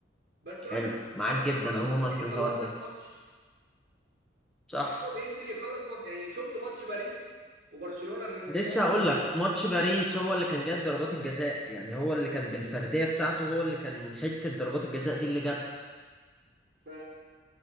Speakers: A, on the right; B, in the centre.
A: بس مثلا
B: حلو
A: في
B: معاك
A: مره من
B: جدا
A: المرات
B: عموما
A: ممكن
B: في
A: يخلص
B: الحوار ده
A: لك ماتش
B: صح
A: يعني هو بينزل يخلص مط... يعني شفت ماتش باريس وبرشلونة الريمونتادا
B: لسه هقول لك ماتش باريس هو اللي كان جايب ضربات الجزاء يعني هو اللي كان بالفرديه بتاعته هو اللي كان حته ضربات الجزاء دي اللي جابها
A: ف